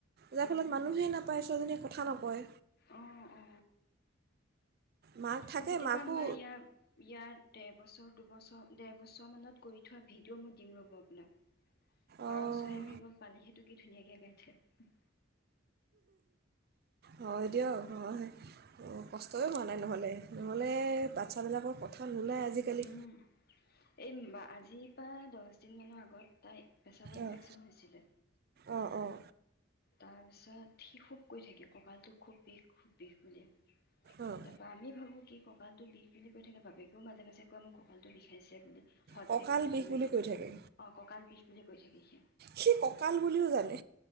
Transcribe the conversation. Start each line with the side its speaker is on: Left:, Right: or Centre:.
Right: যাৰ
Left: উম
Right: ফলত
Left: উম
Right: মানুহে নাপ ছোৱালীজনীয়ে কথা নকয়
Left: অ অ
Right: মাক থাকে
Left: মোৰ কেতিয়াবা
Right: মাকো
Left: আমাৰ ইয়াৰ ইয়াৰ দেৰ বছৰ দুবছৰ ডেৰ বছৰ মানত কৰি থোৱা ভিডিঅ' মই দিম ৰ'ব আপোনাক
Right: অঁ
Left: পাৰ চৰাই উৰি গল পালে সেইটো কি ধুনীয়াকে গাই থে অ
Right: হয় দিয়ক অ কষ্টয়ে হোৱা নাই নহ'লে নহ'লে বাচ্ছাবিলাকৰ কথা নোলায় আজিকালি
Left: উম এই আজিৰ পৰা দহ দিন মানৰ আ গত তাইৰ পেচাব ইনফেকচন
Right: অঁ
Left: হৈছিলে
Right: অঁ অঁ
Left: তাৰ পিছত সি খুব কৈ থা কে কঁকালতো খুব বিষ খুব বিষ বুলি তাৰ
Right: অঁ
Left: পৰাা আমি ভাবো কি ক কঁকালটো বিষ বুলি কৈ থাকে বাপকেও মাজে মাজে কৈ মোক কঁকালটো বিষাইছে ব বুলি হট
Right: কঁকাল
Left: বেগটো দিব
Right: বিষ বুলি
Left: লাগে
Right: কৈ থাকে
Left: অ ককাল বিষ বুলি কৈ থাকে সি
Right: সি কঁকাল বুলিও জানে